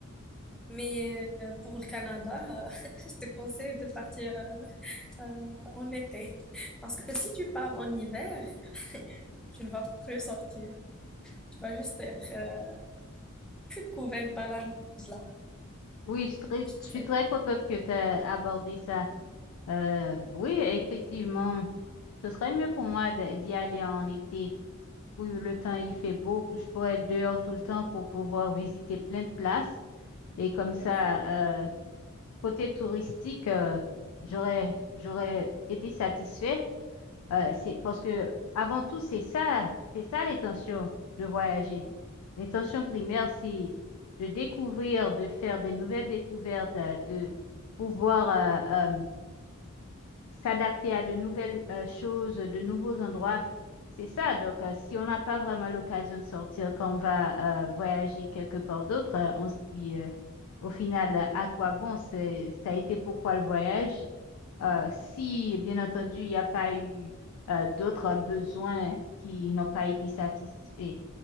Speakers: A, in the centre; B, on the left.
A: Mais euh, pour le Canada, euh, <laughs> je te conseille de partir euh, euh, en été. Parce que si tu pars en hiver, <laughs> tu ne vas plus sortir. Tu vas juste être euh, couvert par la neige
B: Oui, je suis très,
A: sais.
B: je suis très contente que tu aies abordé ça. Euh, oui, effectivement, ce serait mieux pour moi de- d'y aller en été. Oui, le temps il fait beau, que je pourrais être dehors tout le temps pour pouvoir visiter plein de places. Et comme ça,
A: Oui,
B: euh, côté touristique, euh, j'aurais, j'aurais été satisfaite Euh, c'est parce que avant tout, c'est ça, c'est ça l'intention de voyager. L'intention primaire, c'est de découvrir, de faire des nouvelles découvertes, euh, de pouvoir euh, euh, s'adapter à de nouvelles euh, choses, de nouveaux endroits. C'est ça. Donc, euh, si on n'a pas vraiment l'occasion de sortir quand on va euh, voyager quelque part d'autre, euh, on se dit euh, au final, euh, à quoi bon? C'est, ça a été pourquoi le voyage? Euh, si, bien entendu, il n'y a pas eu euh, d'autres besoins qui n'ont pas été satisfaits